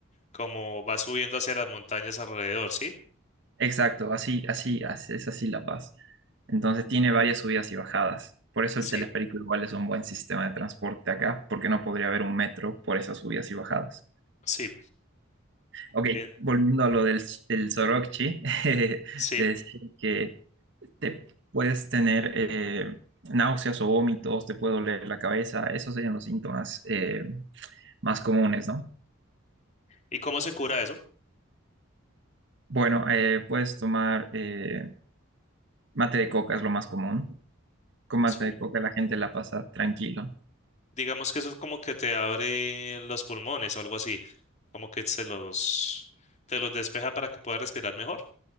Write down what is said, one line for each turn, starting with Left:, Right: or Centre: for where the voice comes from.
Left: como va subiendo hacia las montañas alrededor, ¿sí?
Right: Exacto, así, así, así- es así La Paz. Entonces tiene varias subidas y bajadas. Por eso
Left: Sí,
Right: el teleférico igual es un buen sistema de transporte acá, porque no podría haber un metro por esas subidas y bajadas.
Left: sí,
Right: Ok,
Left: eh,
Right: volviendo a lo del, del Sorokchi, <laughs> de
Left: sí.
Right: decir que te puedes tener eh, náuseas o vómitos, te puede doler la cabeza, esos serían los síntomas eh, más comunes, ¿no?
Left: ¿Y cómo se cura eso?
Right: Bueno, eh, puedes tomar eh, mate de coca, es lo más común. Con mate
Left: Sí.
Right: de coca la gente la pasa tranquilo.
Left: Digamos que eso es como que te abre los pulmones o algo así, como que se los, te los despeja para que puedas respirar mejor.